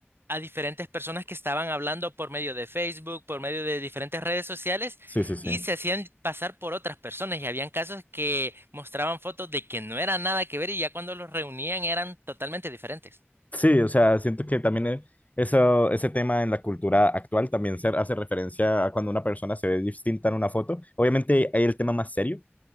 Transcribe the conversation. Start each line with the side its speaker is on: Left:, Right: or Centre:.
Right: a diferentes personas que estaban hablando por medio de Facebook, por medio de diferentes redes sociales
Left: Sí, sí, sí.
Right: y se hacían pasar por otras personas y habían casos que mostraban fotos de que no era nada que ver y ya cuando los reunían eran totalmente diferentes.
Left: Sí, o sea, siento que también e- eso, ese tema en la cultura actual también se hace referencia a cuando una persona se ve distinta en una foto. Obviamente hay el tema más serio,